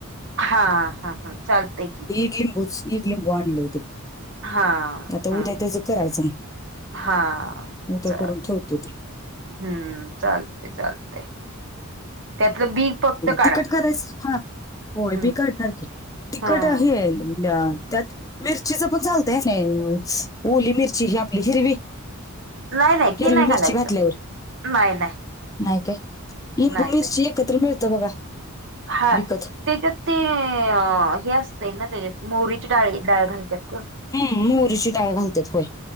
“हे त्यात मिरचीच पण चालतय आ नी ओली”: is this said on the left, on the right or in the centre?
Left